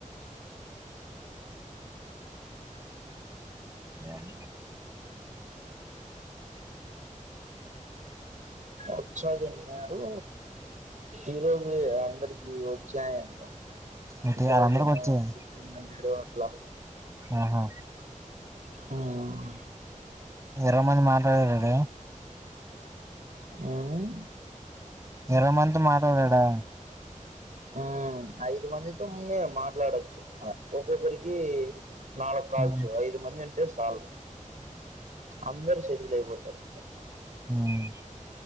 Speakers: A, on the right; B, on the right.
A: అ
B: వచ్చాదిన్నారు ఈరోజు అందరికి వచ్చాయంట
A: ఏంటి
B: థౌసను
A: వాళ్ళందరికి వచ్చాయి
B: ఫిఫ్టీన్ హండ్రెడ్ అలా
A: ఆహా
B: హ హమ్
A: ఇరవై మంది మాట్లాడడి
B: హమ్
A: ఇరవై మంది మాట్లాడాడా
B: ఉ ఐదు మందితో ము మాట్లాడొచ్చు ఒక్కొక్కరికి నాలు కాల్స్
A: ఉమ్,
B: ఐదు మంది హే సాల అందరి శరి లేకపోతారు
A: హమ్